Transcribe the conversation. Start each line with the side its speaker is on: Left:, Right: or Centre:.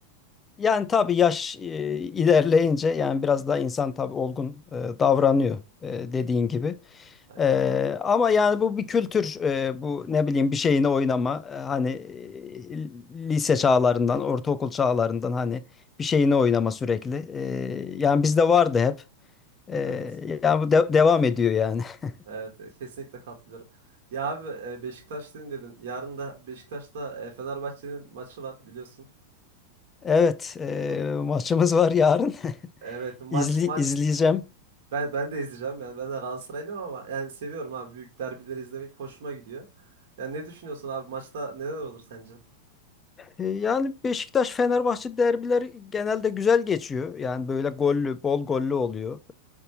Left: Yani tabii yaş e, ilerleyince yani biraz daha insan tabii olgun e, davranıyor e, dediğin gibi.
Right: Aynen.
Left: E, ama yani bu bir kültür e, bu ne bileyim bir şeyine oynama E, hani e, lise çağlarından ortaokul çağlarından hani bir şeyine oynama sürekli. E, yani bizde vardı hep. E,
Right: Evet.
Left: yani bu de- devam ediyor yani. <laughs>
Right: Evet e, kesinlikle katılıyorum. Ya abi e, Beşiktaşlıyım dedin. Yarın da Beşiktaş'ta e, Fenerbahçe'nin maçı var biliyorsun.
Left: Evet, e,
Right: Hı.
Left: maçımız var yarın. <laughs>
Right: Evet maç
Left: İzli,
Right: maç
Left: izleyeceğim.
Right: ben ben de izleyeceğim. Yani ben de Galatasaraylıyım ama yani seviyorum abi büyük derbileri izlemek hoşuma gidiyor. Yani ne düşünüyorsun abi maçta neler olur sence?
Left: E, yani Beşiktaş-Fenerbahçe derbileri genelde güzel geçiyor. Yani böyle gollü, bol gollü oluyor.